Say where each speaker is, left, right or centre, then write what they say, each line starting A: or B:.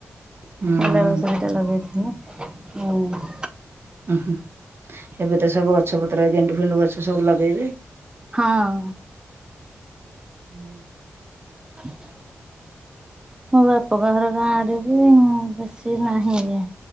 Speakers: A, on the right (about 50°); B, on the right (about 15°).
A: ହୁଁ।
B: ମୁଲ ବେସନଟା ଲଗେଇଥିନି ଉଁ
A: ଉୁଁ ହୁଁ ଏବେ ତ ସବୁ ଗଛ ପତ୍ର ଗେଣ୍ଡୁ ଫେଣ୍ଡୁ ଗଛ ସବୁ ଲଗେଇବେ।
B: ହଁ।
A: ହୁଁ
B: ଆଛା <inaudible> ମୋ ବାପା କ ଘର ଗାଁ ଆଡେ ବି ହଁ ବେଶୀ ହଁ ହେୟା।